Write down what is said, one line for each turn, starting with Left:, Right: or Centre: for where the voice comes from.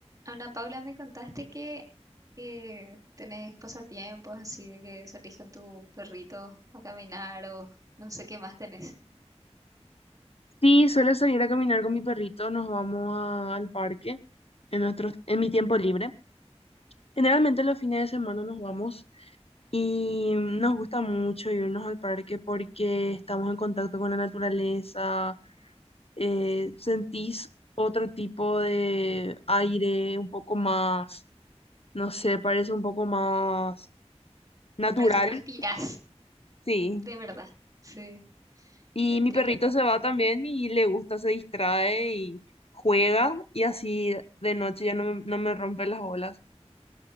Right: Ana Paula, me contaste que eh, tenés pasatiempos así de que salís con tu perrito a caminar o no sé qué más tenés.
Left: Sí, suelo salir a caminar con mi perrito, nos vamos a- al parque en nuestros, en mi tiempo libre. Generalmente los fines de semana nos vamos y nos gusta mucho irnos al parque porque estamos en contacto con la naturaleza, eh, sentís otro tipo de aire, un poco más, no sé, parece un poco más natural.
Right: Parece que respirás,
Left: Sí.
Right: de verdad. Sí,
Left: Y
Right: te entiendo
Left: mi perrito
Right: perfectamente.
Left: se va también y le gusta, se distrae y juega y así de noche ya no me, no me rompe las bolas.